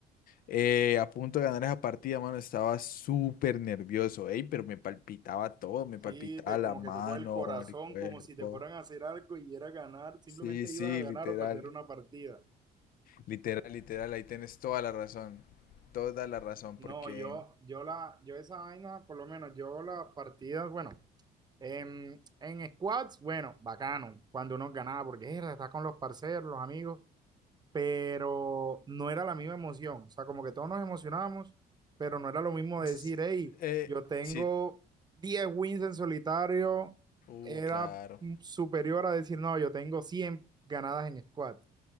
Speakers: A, on the left; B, on the right.
A: Eh, a punto de ganar esa partida, mano, estaba súper nervioso, ey, pero me palpitaba todo, me
B: Sí,
A: palpitaba
B: te,
A: la
B: como
A: mano,
B: que tocó el corazón,
A: el cuerpo.
B: como si te fueran a hacer algo y era ganar, simplemente
A: Sí, sí,
B: ibas a ganar
A: literal,
B: o perder una partida.
A: literal, literal, ahí tienes toda la razón, toda la razón,
B: No,
A: porque...
B: yo, yo la, yo esa vaina, por lo menos yo las partidas, bueno, en, en squads, bueno, bacano, cuando uno ganaba, porque era, estás con los parceros, los amigos, pero no era la misma emoción. O sea, como que todos nos emocionábamos, pero no era lo mismo decir,
A: s-
B: hey,
A: Eh,
B: yo tengo
A: sí,
B: 10 wins en solitario,
A: uh,
B: era
A: claro.
B: mm, superior a decir, no, yo tengo 100 ganadas en squad.